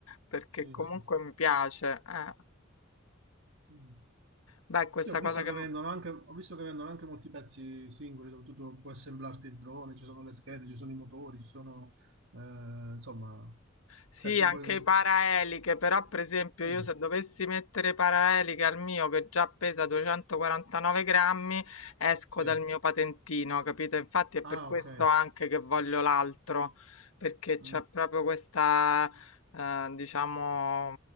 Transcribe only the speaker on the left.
perché
comunque
mi piace. eh.
Beh, questa
cosa che...
Sì,
anche
i paraeliche, però per esempio
io se dovessi mettere paraeliche al mio che già pesa 249 grammi, esco
dal mio patentino, capito? Infatti è
per questo
anche che voglio l'altro, perché c'è
proprio questa, eh, diciamo,